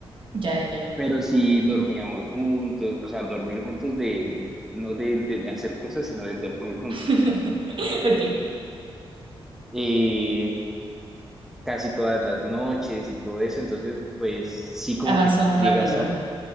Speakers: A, on the right (about 55°); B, in the centre.
A: Ya, ya, ya.
B: pero sí dormíamos juntos, o sea, dormir juntos de, de no de, de- de hacer cosas, sino de dormir juntos.
A: <laughs> Ok,
B: Eh, casi todas las noches y todo eso, entonces pues sí como
A: avanzó
B: que
A: rápido.
B: llegas a